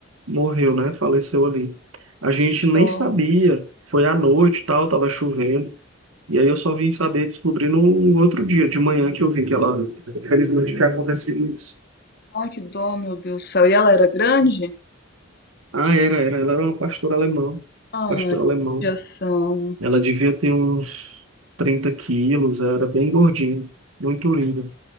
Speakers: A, on the right; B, on the left.
A: morreu, né? Faleceu ali. A gente nem
B: dó.
A: sabia, foi à noite e tal, estava chovendo. E aí eu só vim saber, descobrir no outro dia, de manhã, que eu vi que ela, felizmente, tinha acontecido isso.
B: Ai, que dó, meu Deus do céu. E ela era grande?
A: Ah, era, era. Ela era uma pastora alemã.
B: Ai,
A: Pastor
B: que
A: alemão.
B: judiação.
A: Ela devia ter uns 30 quilos, era bem gordinha, muito linda.